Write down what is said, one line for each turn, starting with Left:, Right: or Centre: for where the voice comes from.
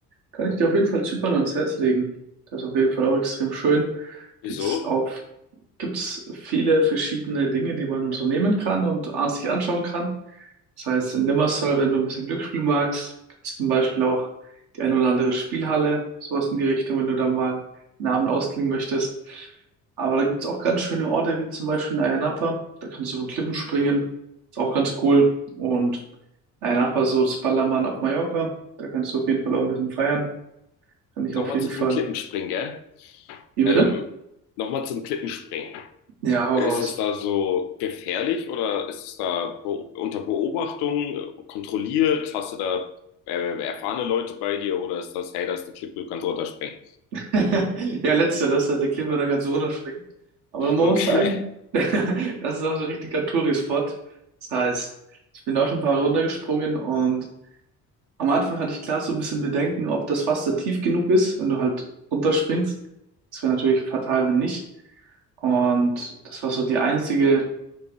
Right: kann ich dir auf jeden Fall Zypern ans Herz legen. Das ist auf jeden Fall auch extrem schön.
Left: Wieso?
Right: Gibt's auch, gibt's viele verschiedene Dinge, die man unternehmen kann und an- sich anschauen kann. Das heißt, in Limassol, wenn du ein bisschen Glücksspiel magst, gibt es zum Beispiel auch die eine oder andere Spielhalle, sowas in die Richtung, wenn du da mal einen Abend ausklingen möchtest. Aber da gibt es auch ganz schöne Orte, wie zum Beispiel in Ayia Napa. Da kannst du von Klippen springen. Ist auch ganz cool. Und Ayia Napa, so das Ballermann auf Mallorca. Da kannst du auf jeden Fall auch ein bisschen feiern. Kann ich
Left: Nochmal
Right: auf jeden
Left: zu diesem
Right: Fall.
Left: Klippenspringen, gell?
Right: Wie
Left: Ähm,
Right: bitte?
Left: Nochmal zum Klippenspringen.
Right: Ja, hau
Left: Ist
Right: raus.
Left: es da so gefährlich oder ist es da be unter Beobachtung äh, kontrolliert? Hast du da äh, erfahrene Leute bei dir oder ist das, hey, da ist eine Klippe, du kannst runterspringen?
Right: <laughs> Ja, letzteres, also der Kleber kann so runterspringen. Aber man
Left: Okay.
Right: muss sagen,
Left: <laughs>
Right: <laughs> das ist auch so ein richtiger Touri-Spot. Das heißt, ich bin da auch schon ein paar Mal runtergesprungen und am Anfang hatte ich klar so ein bisschen Bedenken, ob das Wasser tief genug ist, wenn du halt runterspringst. Das wäre natürlich fatal, wenn nicht. Und das war so die einzige